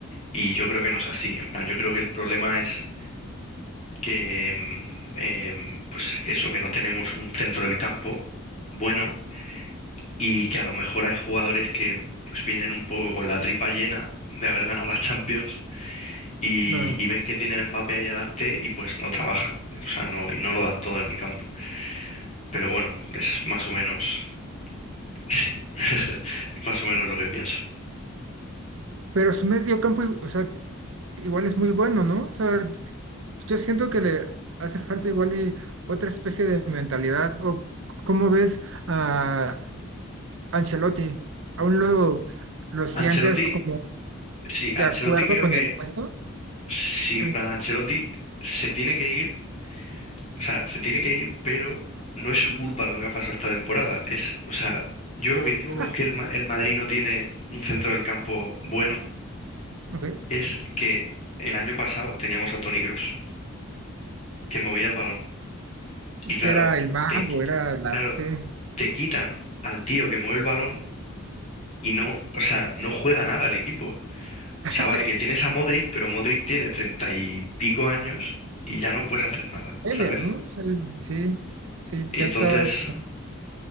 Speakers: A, on the left; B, on the right.
A: Y yo creo que no es así. En plan, yo creo que el problema es que mm, em, pues eso, que no tenemos un centro del campo bueno y que a lo mejor hay jugadores que pues vienen un poco con la tripa llena de haber ganado la Champions y,
B: Claro.
A: y ven que tienen a Mbappé ahí adelante y pues no trabajan, o sea, no, y no lo dan todo en el campo. Pero bueno, es más o menos, sí, <laughs> es más o menos lo que pienso.
B: Pero su medio campo, i- o sea, igual es muy bueno, ¿no? O sea, yo siento que le hace falta igual y otra especie de mentalidad. ¿O cómo ves a Ancelotti? ¿Aún lo, lo sientes
A: Ancelotti,
B: como
A: sí, Ancelotti
B: de acuerdo
A: creo
B: con
A: que,
B: el puesto?
A: sí,
B: Sí.
A: en plan, Ancelotti se tiene que ir O sea, se tiene que ir, pero no es su culpa lo que ha pasado esta temporada. Es, o sea, yo lo que digo con
B: Ah,
A: que el, Ma- el Madrid no tiene un centro del campo bueno
B: ok.
A: es que el año pasado teníamos a Toni Kroos, que movía el balón.
B: Es
A: Y claro,
B: que era el mago,
A: te,
B: era el arte.
A: claro, te quitan al tío que mueve el balón y no, o sea, no juega nada el equipo. O
B: <laughs>
A: sea, vale, que tienes a Modric, pero Modric tiene treinta y pico años y ya no puedes hacer nada,
B: Sí. Sí,
A: ¿sabes?
B: Meme, ¿no? O sea, Sí, sí,
A: Y
B: ya
A: entonces
B: está.